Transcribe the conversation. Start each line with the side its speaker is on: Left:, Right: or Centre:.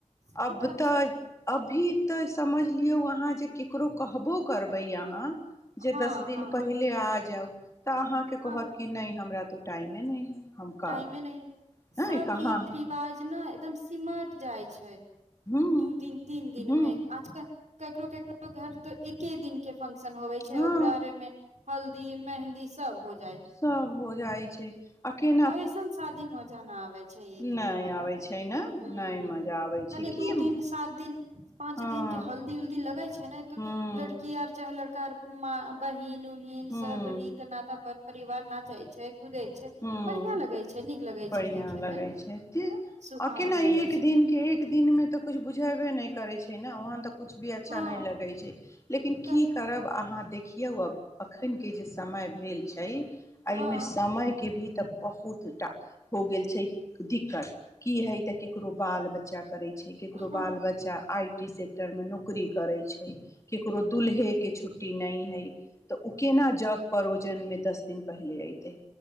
Right: सही
Left: अब
Right: बात
Left: तऽ
Right: छै
Left: अभी तऽ समझलियो हुआ अहाँ जे केकरो कहबो करबै अहाँ जे
Right: हँ
Left: दस दिन
Right: हँ
Left: पहिले आज जाउ तऽ अहाँके
Right: हँ
Left: कहत कि नहि हमरा त टाइममे नहि है हम कब
Right: टाइमे नहि सभ
Left: नहि कहाँ
Right: रीति रिवाज ने एकदम सिमारट जाय छै
Left: हूँ
Right: दू दिन तीन दिनमे
Left: हूँ
Right: आजकल केकरो केकरो घर तो एके दिन के फ़ंक्शन हो छै
Left: हँ
Right: ओकरा मे जल्दी मेंहदी मे ई सब होत
Left: सभ हो जाइ छै आ केना
Right: ऐसन शादी मजा न आबै छै एक
Left: नहि
Right: दिन वाला
Left: आबै छै ने
Right: ह
Left: नहि
Right: ह
Left: मजा आबै
Right: तनि
Left: छै की
Right: दू दिन सात दिन
Left: हँ
Right: पाँच दिन के हल्दी उल्दी लगै छै ने त
Left: हूँ
Right: लड़की आर चाहे कर म बहिन हीन
Left: हूँ
Right: सभ हित नात पर परिवार नाचै छै कुदै छै
Left: ह
Right: बढ़िया लगै छै नीक लगै
Left: बढ़िया
Right: छै देखे
Left: लगै
Right: मे
Left: छै
Right: तऽ सुहावन
Left: आ केना
Right: लगै
Left: एक
Right: छै
Left: दिन के एक दिन मे तऽ कछु बुझेबे नहि करै छै ने वहाँ तऽ कछ भी अच्छा
Right: हँ
Left: नै लगै छै लेकिन
Right: तऽ
Left: क कर अ किया हआ अखनके जे समय भेल छै एहिमे
Right: हँ
Left: समय के भी तब बहुतटा हो गेल छै दिक्कत की ह इ त ककरो बाल बच्चा करै छै केकरो
Right: हँ
Left: बाल बच्चा आइ सेक्टर मे नौकरी करै छै केकरो दुल्हे के छुट्टी नहि है तऽ ओ केना जग परोजन मे दस दिन पहिले अते